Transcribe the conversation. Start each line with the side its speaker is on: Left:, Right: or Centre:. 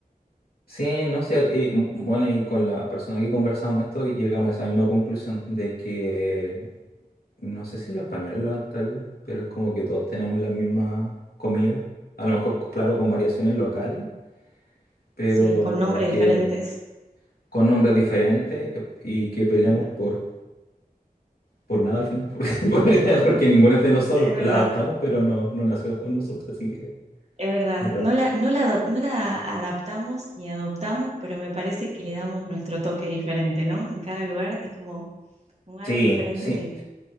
Left: sí, no sé, y, m- bueno, y con la persona que conversamos esto llegamos a esa misma conclusión de que no sé si los españoles lo han traído, pero es como que todos tenemos la misma comida. A lo mejor, claro, con variaciones locales, pero
Right: sí, con nombres
Left: que
Right: diferentes,
Left: con nombres diferentes eh, y que peleamos
Right: es verdad,
Left: por, por nada al final, <laughs> porque, porque, porque ninguno de nosotros
Right: es verdad,
Left: la adaptamos, pero no, no nació con nosotros, así que
Right: es verdad.
Left: es raro.
Right: No la, no la, adop- no la adaptamos ni adoptamos, pero me parece que le damos nuestro toque diferente, ¿no? En cada lugar es como un algo
Left: Sí,
Right: diferente
Left: sí.
Right: tiene.